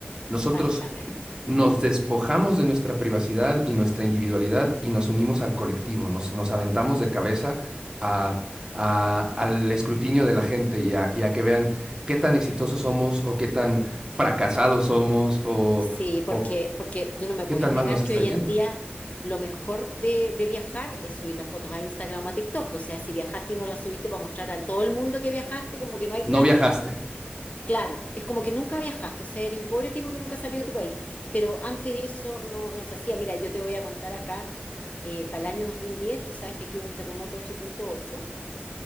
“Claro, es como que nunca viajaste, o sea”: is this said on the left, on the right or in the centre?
Left